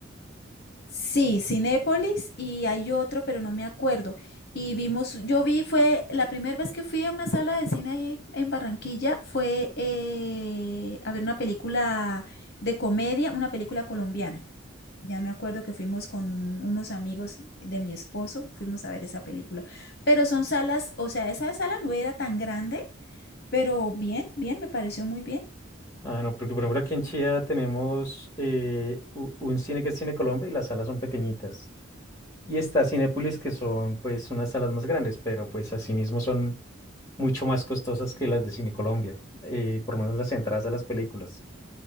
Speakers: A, on the left; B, on the left.
A: Sí, Cinépolis y hay otro, pero no me acuerdo. Y vimos, yo vi, fue la primera vez que fui a una sala de cine ahí en Barranquilla, fue eh, a ver una película de comedia, una película colombiana. Ya me acuerdo que fuimos con unos amigos de mi esposo, fuimos a ver esa película. Pero son salas, o sea, esa sala no era tan grande, pero bien, bien, me pareció muy bien.
B: Ah, no, porque por ejemplo aquí en Chía tenemos eh, u- un cine que es Cine Colombia y las salas son pequeñitas. Y está Cinépolis, que son pues unas salas más grandes, pero pues asimismo son mucho más costosas que las de Cine Colombia, eh, por lo menos las entradas a las películas.